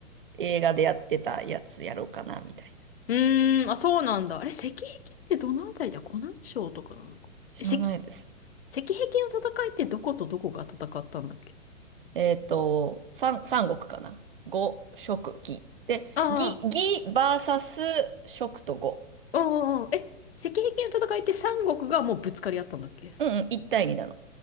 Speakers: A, on the right; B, on the left.
A: 映画でやってたやつやろうかな、みたいな。
B: うーん、あ、そうなんだ。あれ、石壁ってどのあたりだ湖南省とかなのか。
A: 知らないです。
B: え石、石壁の戦いってどことどこが戦ったんだっけ
A: えっと、三、三国かな。五、食、義。で、
B: あ
A: 義、義バーサス食と五。
B: あ、うんうんうん。え、石壁の戦いって三国がもうぶつかり合ったんだっけ
A: うんうん、一対二なの。